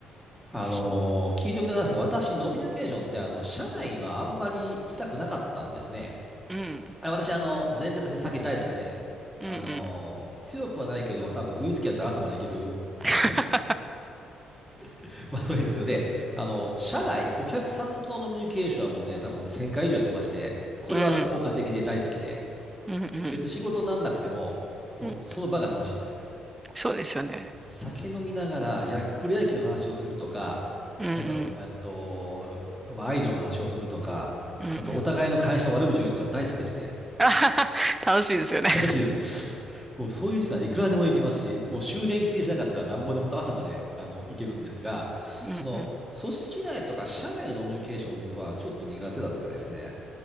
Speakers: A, in the centre; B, on the right.
A: あのー聞いときながらですが、
B: そう。
A: 私、ノミニケーションって、あの、社内はあんまり行きたくなかったんですね。
B: うん。
A: あ、私、あの、前提として酒大好きで、
B: うんうん。
A: あのー強くはないけど、多分ウイスキーやったら朝までいけるんですね。
B: <laughs>
A: <laughs> まあ、それいいんですけど、で、あの、社外、お客さんとのノミニケーションはもうね、多分1000回以上やってまして、これは効果的で大好きで、
B: うん。うんうん
A: 別に仕事になんなくても、もうその場が楽しいみたいな。
B: うん。そうですよね。
A: 酒飲みながらや、プロ野球の話をするとか、
B: うんうん。
A: なんだろう、えっと、まあ、アイドルの話をするとか、
B: うんうん。
A: あと、お互いの会社の悪口を言うとか大好きでして、
B: あはは楽しいですよね。
A: 楽しいです。<laughs> もうそういう時間いくらでも行けますし、もう終電気にしなかったらなんぼで本当朝まであの行けるんですが、
B: うんうん。
A: その組織内とか社内のノミニケーションっていうのはちょっと苦手だったですね。